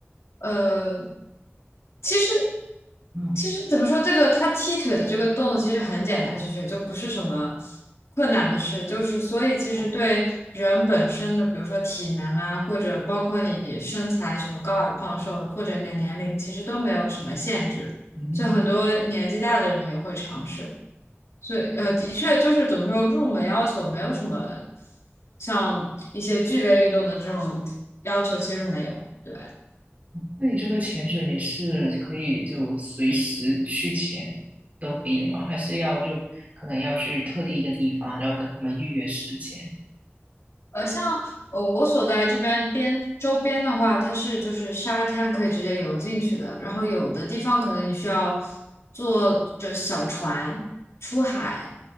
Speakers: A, on the left; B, on the right.
A: 呃，其实
B: 嗯，
A: 其实怎么说，这个他踢腿的这个动作其实很简单去学，就不是什么困难的事。就是所以，其实对人本身的，
B: 好，
A: 比如说体能啊，或者包括你身材什么高矮胖瘦，或者你的年龄，其实都没有什么限制。
B: 嗯，
A: 就很多年纪大的人也会尝试。所以，呃，的确就是怎么说，入门要求没有什么像一些剧烈运动的这种要求，其实没有。对。
B: 那你这个潜水你是可以就随时去潜都可以的吗？还是要就可能要去特定一个地方，然后跟他们预约时间？
A: 呃，像呃我所在这边边周边的话，它是就是沙滩可以直接游进去的，然后有的地方可能你需要坐着小船出海